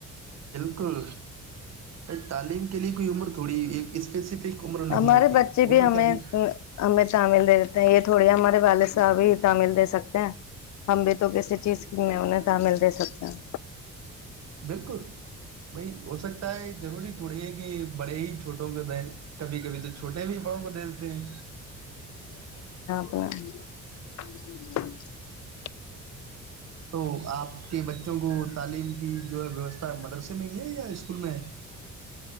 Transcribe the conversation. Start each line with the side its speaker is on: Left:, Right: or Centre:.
Right: بالکل ا تعلیم کے لیے کوئی عمر تھوڑی ایک اسپیسیفک عمر نہیں
Left: ہمارے
Right: ہوتی
Left: بچے
Right: وہ
Left: بھی
Right: تو
Left: ہمیں
Right: کبھی
Left: ہمیں تامل دے یہ تھوڑی ہمارے والد صاحب ہی تعمل دے سکتے ہیں ہم بھی تو کسی چیز کی انہیں تعمل دے سکتے ہیں
Right: بالکل بائی ہو سکتا ہے ضروری تھوڑی ہے کہ بڑے ہی چھوٹے کو د کبھی کبھی تو چھوٹے بھی بڑوں کو دے دیتے ہیں
Left: ا <unintelligible>
Right: تو آپ کے بچوں کو تعلیم کی جو ہے ویوستھا مدرسے میں ہی ہے یا اسکول میں ہے